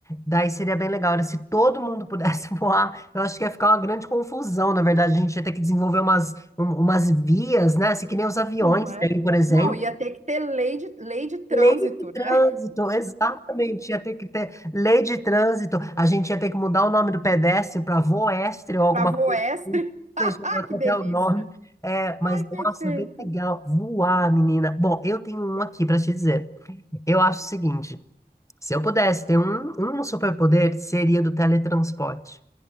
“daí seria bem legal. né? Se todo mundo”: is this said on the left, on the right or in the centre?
Left